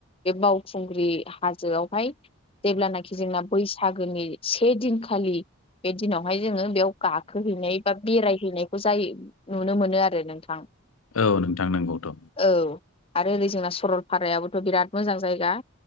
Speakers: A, on the left; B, on the left.
A: बे बावखुंग्रि हाजोआवहाय जेब्लानाखि जोंना बैसागोनि से दिनखालि बे दिनावहाय जोङो बेयाव गाखोहैनाय बा बेरायहैनायखौ जायो नुनो मोनो आरो नोंथां
B: औ नोंथां नंगौथ'
A: औ आरो ओरै जोंना सरलपारायाबोथ' बिराद मोजां जायगा